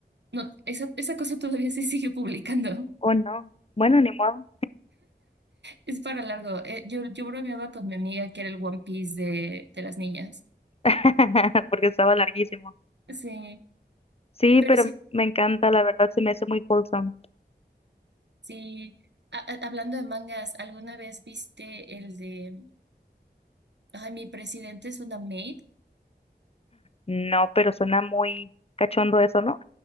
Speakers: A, on the right; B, on the left.
A: No, esa, esa cosa todavía se sigue publicando. <laughs>
B: Oh, no. Bueno, ni modo.
A: Es para largo. Eh, yo, yo bromeaba con mi amiga que era el One Piece de, de las niñas.
B: <laughs> porque estaba larguísimo.
A: Sí,
B: Sí,
A: pero
B: pero
A: sí,
B: me encanta, la verdad se me hace muy wholesome.
A: sí. A- a- hablando de mangas, ¿alguna vez viste el de, ay, mi presidente es una maid?
B: No, pero suena muy cachondo eso, ¿no?